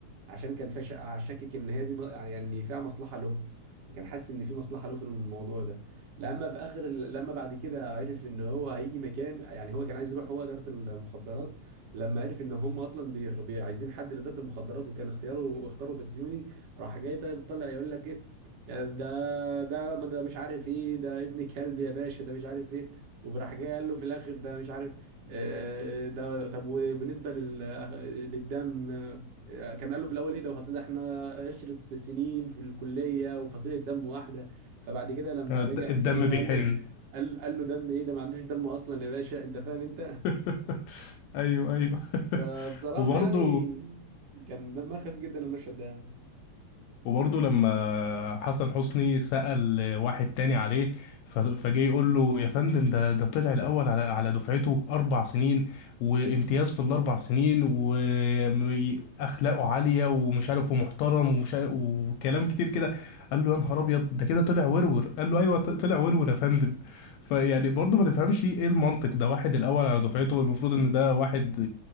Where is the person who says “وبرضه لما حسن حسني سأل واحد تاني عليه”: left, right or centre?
Left